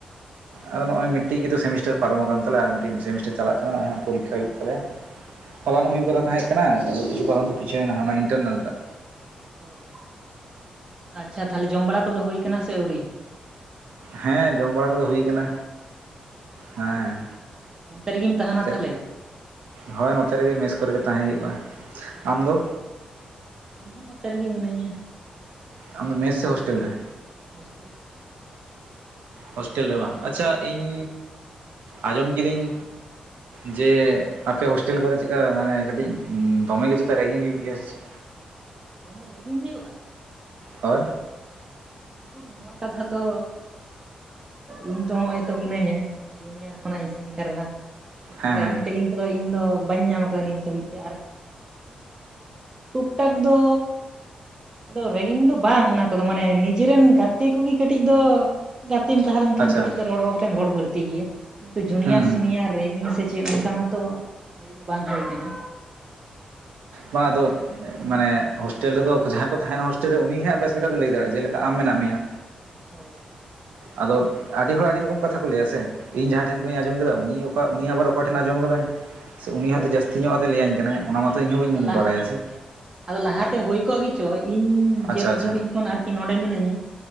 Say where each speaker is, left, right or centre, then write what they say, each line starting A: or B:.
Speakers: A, on the right; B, on the right.
A: ᱟᱫᱚ ᱱᱚᱜᱼᱚᱭ ᱢᱤᱫᱴᱤᱡ ᱜᱮᱛᱚ ᱥᱮᱢᱤᱥᱴᱟᱨ ᱯᱟᱨᱚᱢ ᱟᱠᱟᱱ ᱛᱟᱞᱮᱭᱟ ᱟᱨ ᱢᱤᱫᱴᱤᱡ ᱥᱮᱢᱤᱥᱴᱟᱨ ᱪᱟᱞᱟᱜ ᱠᱟᱱᱟ ᱱᱚᱜᱼᱚᱭ ᱦᱟᱸᱜ ᱯᱚᱨᱤᱠᱠᱷᱟ ᱦᱩᱭᱩᱜ ᱛᱟᱞᱮᱭᱟ᱾ ᱦᱚᱚᱞᱚᱱᱚᱜ
B: ᱦᱩᱸ
A: ᱦᱩᱭᱩᱜ ᱠᱟᱛᱷᱟ ᱛᱟᱦᱮᱸ ᱠᱟᱱᱟ ᱠᱤᱪᱷᱩ ᱠᱟᱨᱚᱱ ᱛᱮ ᱯᱤᱪᱷᱳᱣᱱᱟ ᱦᱟᱱᱟ ᱤᱱᱴᱟᱨᱱᱮᱞ ᱴᱟᱜᱼᱼ
B: ᱚ ᱟᱪᱪᱷᱟ ᱛᱟᱦᱚᱞᱮ ᱡᱚᱢ ᱵᱟᱲᱟ ᱠᱚᱫᱚ ᱦᱩᱭ ᱠᱟᱱᱟ ᱥᱮ ᱟᱹᱣᱨᱤᱼᱼ
A: ᱦᱮᱸ ᱡᱚᱢ ᱵᱟᱲᱟ ᱠᱚᱫᱚ ᱦᱩᱭ ᱟᱠᱟᱱᱟ᱾ ᱦᱮᱸ
B: ᱚ ᱚᱱᱛᱮ ᱨᱮᱜᱮᱢ ᱛᱟᱦᱮᱱᱟ
A: ᱪᱮᱫ
B: ᱛᱟᱦᱚᱞᱮ
A: ᱦᱳᱭ ᱱᱚᱛᱮ ᱨᱮᱜᱮ ᱢᱮᱥ ᱠᱚᱨᱮᱜᱮ ᱛᱟᱦᱮᱸ ᱦᱩᱭᱩᱜᱼᱟ ᱟᱢᱫᱚ᱾
B: ᱚ ᱤᱧ ᱦᱚᱸ ᱱᱚᱛᱮ ᱨᱮᱜᱮ ᱢᱤᱱᱟᱹᱧᱟ᱾
A: ᱟᱢᱫᱚ ᱢᱮᱥ ᱥᱮ ᱦᱳᱥᱴᱮᱞ ᱨᱮ᱾
B: ᱦᱳᱥᱴᱮᱞ ᱨᱮ
A: ᱦᱳᱥᱴᱮᱞ ᱨᱮ ᱵᱟᱝ ᱟᱪᱪᱷᱟ ᱤᱧ
B: ᱦᱳᱭ
A: ᱟᱸᱡᱚᱢ ᱠᱤᱫᱟᱹᱧᱼᱼ ᱡᱮ ᱟᱯᱮ ᱦᱳᱥᱴᱮᱞ ᱠᱚᱨᱮ ᱪᱮᱫᱠᱟ ᱢᱟᱱᱮ ᱠᱟᱹᱴᱤᱡ ᱫᱚᱢᱮ ᱜᱮ ᱪᱮᱛᱟ ᱨᱮᱜᱤᱝ ᱦᱩᱭᱩᱜ ᱜᱮᱭᱟ ᱥᱮ ᱪᱮᱫᱼᱼ
B: ᱫᱚᱢᱮ ᱨᱮᱜᱤᱝ ᱦᱩᱭᱩᱜᱼᱟ᱾
A: ᱦᱳᱭ
B: ᱩᱠᱩᱨ ᱱᱚᱣᱟ ᱠᱟᱛᱷᱟ ᱛᱚᱼᱼ ᱤᱧ ᱛᱚ ᱦᱚᱸᱜᱼᱚᱭ ᱛᱚ ᱢᱤᱱᱟᱹᱧᱟ ᱡᱩᱱᱤᱭᱟᱨ ᱠᱷᱚᱱᱟᱜ ᱤᱧ ᱥᱮᱤᱱᱤᱭᱟᱨ ᱱᱟ᱾ ᱩᱠᱩᱨ
A: ᱦᱮᱸ
B: ᱨᱮᱜᱤᱝ
A: ᱦᱮᱸ
B: ᱴᱳᱜᱤᱝ ᱠᱚᱫᱚ ᱤᱧ ᱫᱚ ᱵᱟᱹᱧ ᱧᱟᱢ ᱠᱟᱫᱟ ᱱᱤᱛ ᱫᱷᱟᱹᱵᱤᱡ ᱛᱮ ᱟᱨᱼᱼ ᱴᱩᱠ ᱴᱟᱠ ᱫᱚ ᱟᱫᱚ ᱨᱮᱜᱤᱝ ᱫᱚ ᱵᱟᱝ ᱚᱱᱟ ᱠᱚᱫᱚ ᱢᱟᱱᱮᱼᱼ ᱱᱤᱡᱮᱨᱮᱱ ᱜᱟᱛᱮ ᱠᱚᱜᱮ ᱠᱟᱹᱴᱤᱡ ᱫᱚ ᱜᱟᱛᱮᱢ ᱛᱟᱦᱮᱸ ᱞᱮᱱ ᱠᱷᱟᱱ
A: ᱟᱪᱪᱷᱟ
B: ᱠᱟᱹᱴᱤᱡ ᱫᱚ ᱨᱚᱲ ᱨᱚᱲ ᱛᱮᱢ ᱨᱚᱲ ᱵᱟᱹᱲᱛᱤ ᱜᱮᱭᱟ᱾ ᱠᱤᱱᱛᱩ ᱡᱩᱱᱤᱭᱟᱨ
A: ᱦᱩᱸ ᱦᱩᱸ
B: ᱥᱤᱱᱤᱭᱟᱨ ᱨᱮᱜᱤᱝ ᱥᱮ ᱪᱮᱫ ᱚᱱᱠᱟ ᱢᱟᱛᱚ ᱦᱩᱭ ᱫᱚ ᱵᱟᱝ ᱦᱩᱭ ᱟᱠᱟᱱᱟ᱾
A: ᱵᱟᱝ ᱟᱫᱚ ᱢᱟᱱᱮ ᱦᱳᱥᱴᱮᱞ ᱨᱮᱫᱚ ᱡᱟᱦᱟᱸᱭ ᱠᱚ ᱛᱟᱦᱮᱱᱟ ᱦᱳᱥᱴᱮᱞ ᱨᱮ ᱩᱱᱤᱮ ᱦᱟᱸᱜ ᱵᱮᱥ ᱞᱮᱠᱟᱛᱮᱭ ᱞᱟᱹᱭ ᱫᱟᱲᱮᱭᱟᱜᱼᱟ ᱡᱮᱞᱮᱠᱟ ᱟᱢ ᱢᱮᱱᱟᱜ ᱢᱮᱭᱟ᱾
B: ᱦᱳᱭ
A: ᱟᱫᱚ ᱟᱹᱰᱤ ᱦᱚᱲ ᱟᱹᱰᱤ ᱨᱚᱠᱚᱢ ᱠᱟᱛᱷᱟ ᱠᱚ ᱞᱟᱹᱭᱟ ᱥᱮ᱾ ᱤᱧ ᱡᱟᱦᱟᱸᱭ ᱴᱷᱮᱱ ᱠᱷᱚᱱᱤᱧ ᱟᱸᱚᱢ ᱠᱮᱫᱟ ᱩᱱᱤ ᱩᱱᱤ ᱟᱵᱟᱨ ᱚᱠᱚᱭ ᱴᱷᱮᱱ ᱟᱸᱡᱚᱢ ᱟᱠᱟᱫᱟᱭ᱾ ᱥᱮ ᱩᱱᱤ
B: ᱦᱳᱭ
A: ᱦᱚᱸᱛᱚ ᱡᱟᱹᱥᱛᱤ ᱧᱚᱜ ᱟᱛᱮ ᱞᱟᱹᱭᱟᱹᱧ ᱠᱟᱱᱟᱭ ᱚᱱᱟ ᱢᱟᱛᱚ ᱤᱧᱦᱚ ᱵᱟᱹᱧ
B: ᱟᱫᱚ ᱞᱟᱦᱟ
A: ᱵᱟᱲᱟᱭᱟ ᱥᱮ᱾
B: ᱦᱮᱸ ᱟᱫᱚ ᱞᱟᱦᱟᱛᱮ ᱦᱩᱭ ᱠᱚᱜ ᱜᱮᱪᱚ ᱤᱧ ᱡᱮᱫ
A: ᱟᱪᱪᱷᱟ ᱟᱪᱪᱷᱟ
B: ᱫᱷᱟᱹᱵᱤᱡ ᱠᱷᱚᱱ ᱤᱧ ᱱᱚᱰᱮ ᱢᱤᱱᱟᱹᱧᱟ